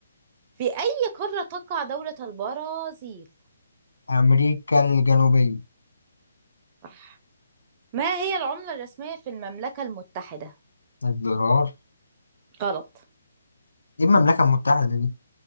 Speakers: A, on the right; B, on the left.
A: في أي قارة تقع دولة البرازيل
B: أمريكا الجنوبية
A: صح ما هي العملة الرسمية في المملكة المتحدة
B: الدولار
A: غلط
B: إيه المملكة المتحدة دي